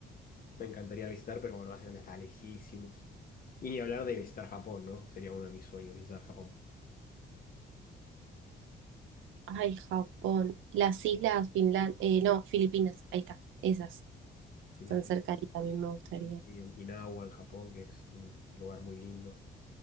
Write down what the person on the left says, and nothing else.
Me encantaría visitar, pero bueno, Nueva Zelanda está lejísimos. Y ni hablar de visitar Japón, ¿no? Sería uno de mis sueños, visitar Japón.
Las
Islas Fiji,
sí, Okinawa en Japón, que es un lugar muy lindo.